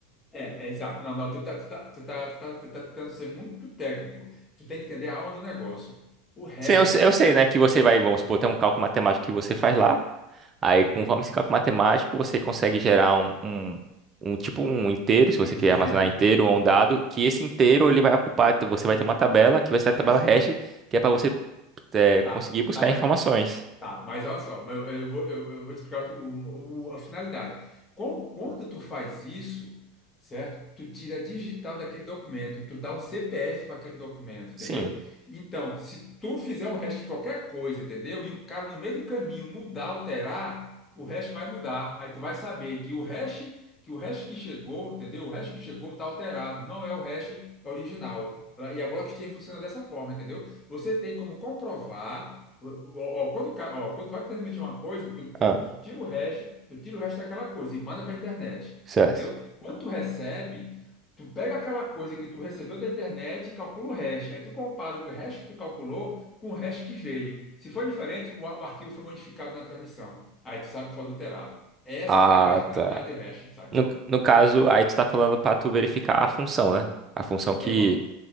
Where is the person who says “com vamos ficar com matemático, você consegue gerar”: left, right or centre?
Right